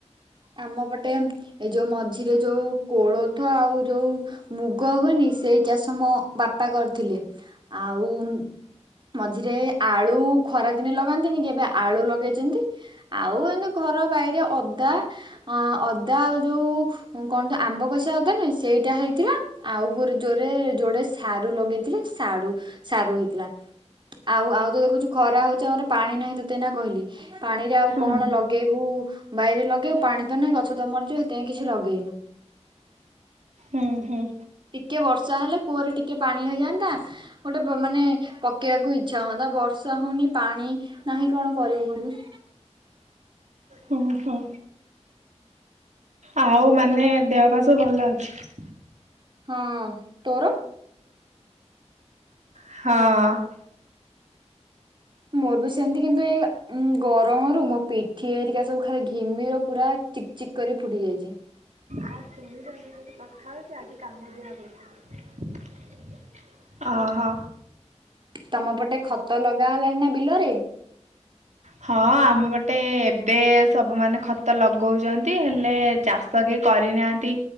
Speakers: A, on the right; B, on the right.
A: ଆମ ଗୋଟେ ଏଇ ଯୋଉ ମଝିରେ ଯୋଉ କୋଳଥ ଆଉ ଯୋଉ ମୁଗ ହୁଏନି ସେଇ ଚାଷ ମୋ ବାପା କରିଥିଲେ, ଆଉ ମଝିରେ ଆଳୁ ଖରା ଦିନେ ଲଗାନ୍ତିନି କି ଏବେ ଆଳୁ ଲଗେଇଛନ୍ତି। ଆଉ ଏମତି ଘର ବାଇରେ ଅଦା ଅ ଅଦା ଆଉ ଯୋଉ ଉଁ କଣ ଯେ ଆମ୍ବ କସିଆ ଅଜା ନୁହେଁ ସେଇଟା ହେଇଥିଲା। ଆଉ ଗୋ ଯୋରେ ଯୋଉଟେ ସାରୁ ଲଗେଇଥିଲେ ସାରୁ ସାରୁ ହେଇଥିଲା। ଆଉ ଆଉ ତ ଦେଖୁଛୁ ଖରା ହଉଛି ଆମର ପାଣି ନାହିଁ ତତେ ଏଇନା କହିଲି। ପାଣିରେ ଆଉ
B: ହୁଁ
A: କଣ ଲଗେଇବୁ ବାଇରେ ଲଗେଇବ ପାଣି ତ ନାହିଁ ଗଛ ତ ମରିଯିବ ସେଥିପାଇଁ କିଛି ଲଗେଇନୁ।
B: ହୁଁ ହୁଁ।
A: ଟିକେ ବର୍ଷା ହେଲେ କୂଅରେ ଟିକେ ପାଣି ହେଇଯାନ୍ତା, ଗୋଟେ ମାନେ ପକେଇବାକୁ ଇଚ୍ଛା ହୁଅନ୍ତା ବର୍ଷା ହଉନି ପାଣି ନାହିଁ କଣ କରିବୁ କହିଲ।
B: ହୁଁ ହୁଁ। ଆଉ ମାନେ ଦେହ ପା ସବୁ ଭଲ ଅଛି?
A: ହଁ ତୋର?
B: ହଁ।
A: ମୋର ବି ସେମିତି କିନ୍ତୁ ଏଇ ଗରମରୁ ମୋ ପିଠି ଏରିକା ସବୁ ଖାଲି ଘିମିର ପୁରା ଚିକ ଚିକ୍ କରି ଫୁଟି ଯାଇଛି।
B: ଆଉ ଶୁଣିଥାନ୍ତେ କେମିତି କଥା ହଉଛି ଆଜି କାମ ଦିଆ ହବ ବୋଧେ। ଅହ।
A: ତମ ପଟେ ଖତଲଗା ହେଲାଣିନା ବିଲରେ।
B: ହଁ ଆମପଟେ ଏବେ ସବୁମାନେ ଖତ ଲଗଉଛନ୍ତି ହେଲେ ଚାଷ କେଇ କରିନାହାନ୍ତି,